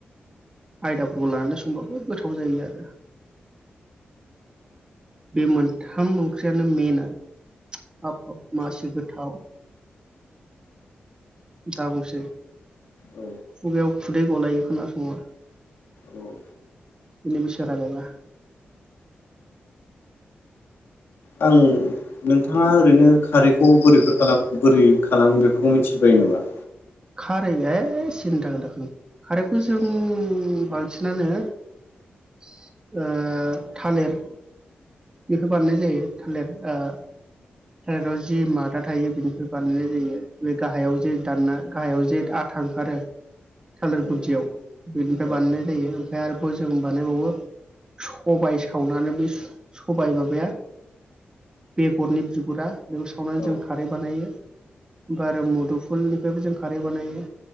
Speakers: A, on the right; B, on the left.
A: आयदाफोरखौ लानानै संबाबो गोथाव जायो आरो बे मोनथाम ओंख्रियानो मेन आरो हाब हाब मासि गोथाव दा बुंसै
B: औ
A: खुगायाव खुदै गलायो खोनासंबा
B: औ
A: बिनि बिसय रायलायबा
B: आं नोंथाङा ओरैनो खारैखौ बोरैफोर बोरै खालामो बेफोरखौ मिथिबायो नामा
A: खारै ए सिनथा दाखालाम खारैखौ जों
B: औ
A: बांसिनानो ओ थालिर निफ्रार बानायनाय जायो थालिर ओ थालिराव जि मादा थायो बेनिफ्राय बानायनाय जायो बे गाहायाव जे दानना गाहायाव जे आथा ओंखारो थालिर
B: औ
A: गुदियाव बेनिफ्राय
B: औ
A: बानायनाय जायो ओमफ्राय आरोबाव जों बानायबावो सबाय सावनानै बे सबाय माबाया बेगरनि बिगुरा बेखौ सावनानै
B: औ
A: जों खारै बानायो आफ्राय आरो मुदुफुलनिफ्रायबो जों खारै बानायो